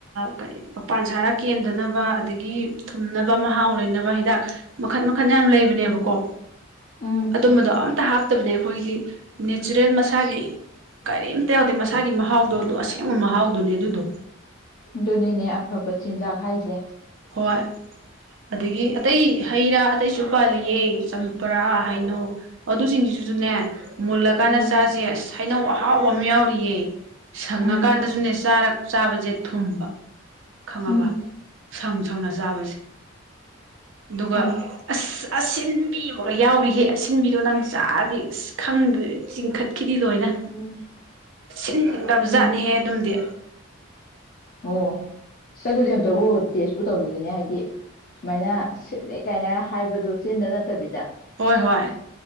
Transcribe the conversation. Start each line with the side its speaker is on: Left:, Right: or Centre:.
Right: ꯀ ꯃꯄꯥꯟ ꯁꯥꯔ ꯀꯦꯟꯗꯅꯕ ꯑꯗꯒꯤ ꯊꯨꯝꯅꯕ ꯃꯍꯥꯎ ꯂꯩꯅꯕ ꯍꯤꯗꯥꯛ ꯃꯈꯟ ꯃꯈꯟ ꯌꯥꯝ ꯂꯩꯕꯅꯦꯕꯀꯣ
Left: ꯎꯝ
Right: ꯑꯗꯨꯝꯕꯗꯣ ꯑꯝꯇ ꯍꯥꯞ ꯠꯇꯕꯅꯦ ꯑꯩꯈꯣꯏꯒꯤ ꯅꯦꯆꯔꯦꯜ ꯃꯁꯥꯒꯤ ꯀꯔꯤꯝꯇ ꯌꯥꯗꯦ ꯃꯁꯥꯒꯤ ꯃꯍꯥꯎꯗꯣ ꯑꯗꯨ ꯑꯁꯦꯡꯕ ꯃꯍꯥꯎꯗꯨꯅꯦ ꯑꯗꯨꯗꯣ
Left: ꯑꯗꯨꯅꯤꯅꯦ ꯑꯐꯕ ꯆꯤꯟꯖꯥꯛ ꯍꯥꯏꯁꯦ
Right: ꯍꯣꯏ ꯑꯗꯒꯤ ꯑꯇꯩ ꯍꯩ ꯔꯥ ꯑꯇꯩꯁꯨ ꯄꯥꯜꯂꯤꯌꯦ ꯆꯝꯄꯔꯥ ꯍꯩꯅꯧ ꯑꯗꯨꯁꯤꯡꯁꯤꯁꯨꯅꯦ ꯃꯨꯜꯂꯀꯥꯟꯗ
Left: ꯎꯝ
Right: ꯆꯥꯁꯦ ꯍꯥꯏꯩꯅꯧ ꯍꯥꯎ ꯃꯝꯃꯤꯌꯥ ꯑꯣꯏꯔꯤꯌꯦ ꯁꯪꯉꯀꯥꯟꯗꯁꯨꯅꯦ
Left: ꯎꯝ
Right: ꯆꯥꯔꯛ ꯆꯥꯕꯁꯦ ꯊꯨꯝꯕ ꯈꯪꯉꯕ
Left: ꯎꯝ
Right: ꯁꯪ ꯁꯪꯅ ꯆꯥꯕꯁꯦ ꯑꯗꯨꯒ
Left: ꯎꯝ
Right: ꯑꯁ ꯑꯁꯤꯟ ꯟꯕꯤꯕꯒ ꯌꯥꯎꯔꯤꯍꯦ ꯑꯁꯤꯟꯕꯤꯗꯣ ꯅꯪ ꯆꯥꯗꯤ ꯑꯁ ꯈꯪꯗ꯭ꯔ ꯆꯤꯡꯈꯠ ꯈꯤꯗꯤ ꯂꯣꯏꯅ
Left: ꯎꯝ
Right: ꯁꯤꯟꯈ꯭ꯔꯕꯖꯥꯠꯅꯦꯍꯦ
Left: ꯎꯝ
Right: ꯑꯗꯨꯝꯗꯤ
Left: ꯑꯣ ꯆ ꯑꯗꯨꯗꯤ ꯑꯝꯇꯕꯨ ꯇꯦꯁꯄꯨ ꯇꯧꯅꯤꯡꯉꯤꯅꯦ ꯍꯥꯏꯗꯤ ꯁꯨꯃꯥꯏꯅ ꯁꯤꯜꯂꯦ ꯀꯥꯏꯅ ꯍꯥꯏꯕꯗꯨ ꯆꯦꯟꯗ ꯅꯠꯇꯕꯤꯗ
Right: ꯍꯣꯏ ꯍꯣꯏ